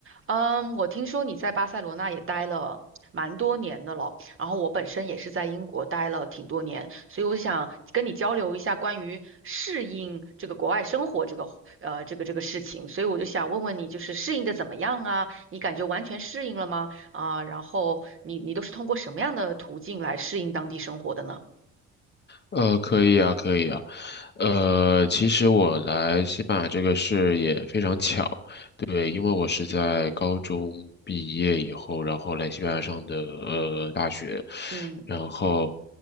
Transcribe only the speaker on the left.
呃，可以啊，可以啊，呃，其实我来西班牙这个事也非常巧，对，因为我是在高中毕业以后，然后来西班牙上的呃大学，
然后，